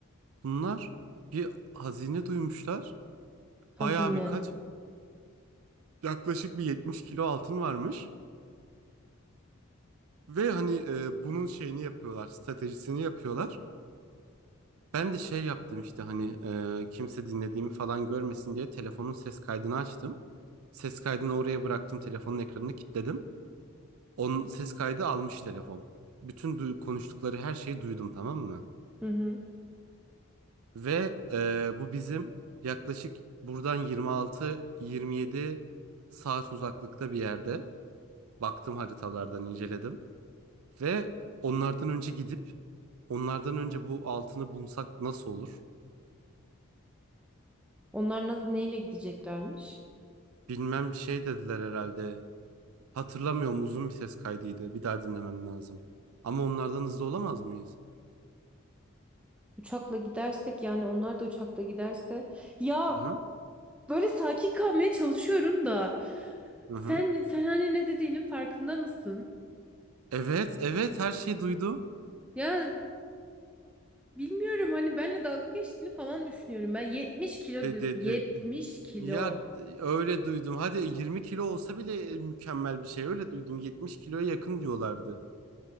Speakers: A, on the right; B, in the centre.
A: bunlar bir hazine duymuşlar.
B: Hazine.
A: Bayağı birkaç yaklaşık bir 70 kilo altın varmış. Ve hani e, bunun şeyini yapıyorlar stratejisini yapıyorlar. Ben de şey yaptım işte hani e, kimse dinlediğimi falan görmesin diye telefonun ses kaydını açtım. Ses kaydını oraya bıraktım telefonun ekranını kilitledim. Onun ses kaydı almış telefon. Bütün duy- konuştukları her şeyi duydum tamam mı?
B: Hı hı.
A: Ve e, bu bizim yaklaşık buradan 26-27 saat uzaklıkta bir yerde. Baktım haritalardan inceledim. Ve onlardan önce gidip onlardan önce bu altını bulsak nasıl olur?
B: Onlar nasıl neyle gideceklermiş?
A: Bilmem şey dediler herhalde. Hatırlamıyorum uzun bir ses kaydıydı. Bir daha dinlemem lazım. Ama onlardan hızlı olamaz mıyız?
B: Uçakla gidersek yani onlar da uçakla giderse ya
A: Hı hı.
B: böyle sakin kalmaya çalışıyorum da
A: Hı
B: sen
A: hı.
B: sen hani ne dediğinin farkında mısın?
A: Evet, evet her şeyi duydum.
B: Ya bilmiyorum hani benle dalga geçtiğini falan düşünüyorum. Ben 70 kilo
A: De,
B: diyorsun.
A: de,
B: 70
A: de-
B: kilo.
A: Ya d- öyle duydum. Hadi 20 kilo olsa bile e, mükemmel bir şey. Öyle duydum. 70 kiloya yakın diyorlardı.